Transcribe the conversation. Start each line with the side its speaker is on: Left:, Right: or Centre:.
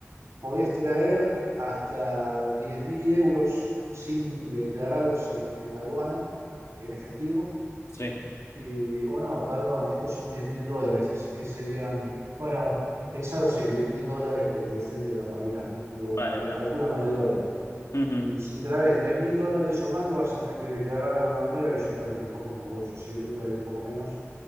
Right: podés traer hasta 10.000 euros sin declararlos en, en la aduana, en efectivo,
Left: sí.
Right: y, o no, perdón, estos son 10.000 dólares, así que serían, bueno, pensalo así, 10.000 dólares, porque depende de la paridad, ¿no? Lo,
Left: Vale,
Right: lo
Left: vale.
Right: calculan con el dólar.
Left: Ujú,
Right: Y si traes diez mil dólares o más, lo vas a tener que declarar de alguna manera, que es también estoy un poco engorroso, así que yo traigo un poco menos.